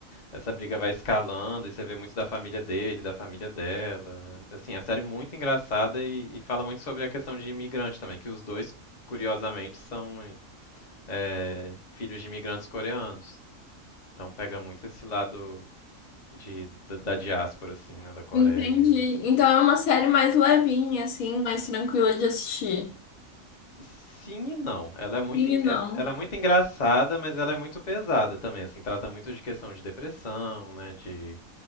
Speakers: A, on the left (about 40°); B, on the left (about 85°).
A: essa briga vai escalando e você vê muito da família dele, da família dela. Assim, a série é muito engraçada e, e fala muito sobre a questão de imigrante também, que os dois, curiosamente, são é, filhos de imigrantes coreanos. Então pega muito esse lado de, da, da diáspora, assim, né, da Coreia.
B: Entendi.
A: E
B: Então é uma série mais levinha, assim, mais tranquila de assistir.
A: Sim e não. Ela é muito,
B: E
A: en-
B: não.
A: é- ela é muito engraçada, mas ela é muito pesada também, assim, trata muito de questão de depressão, né, de...